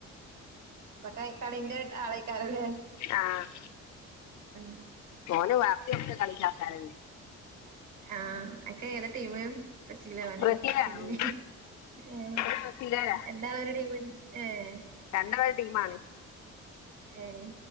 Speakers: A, on the right (about 70°); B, on the left (about 65°).
A: അപ്പൊ കൈ കളീന്റെ ആളായ്ക്കാരല്ലേ
B: ആഹ്
A: ഉം
B: മോന വാപ്പ ഒക്കെ കളീന്റാൾക്കാരായിരുന്നു
A: ആഹ് അക്ക ഏതാ ടീമ് ബ്രസീലാവാനെ
B: ബ്രസീലാ
A: അർജന്റീന
B: ഉം.
A: ഏഹ്
B: ഒരു ബ്രസീലുകാരാ
A: എന്താണോര ടീമ് ഏഹ്
B: രണ്ടു ഒരു ടീമാണ്
A: ഏഹ്